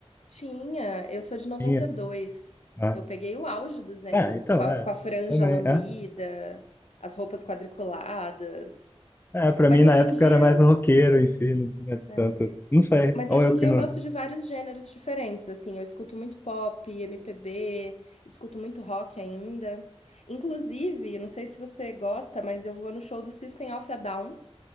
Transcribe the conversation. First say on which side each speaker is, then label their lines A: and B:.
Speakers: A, on the left; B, on the left.
A: Tinha, eu sou de 92.
B: Tinha. Ah,
A: Eu peguei o auge dos emos,
B: é, então,
A: com a,
B: é.
A: com a franja
B: Também.
A: lambida,
B: É,
A: as roupas quadriculadas.
B: é, pra
A: Mas
B: mim
A: hoje
B: na época
A: em dia,
B: era mais o roqueiro em si, não tinha
A: é,
B: tanto. Não sei.
A: mas
B: Ou
A: hoje
B: eu
A: em dia
B: que não.
A: eu gosto de vários gêneros diferentes, assim, eu escuto muito pop, MPB, escuto muito rock ainda. Inclusive, eu não sei se você gosta, mas eu vou no show do System of a Down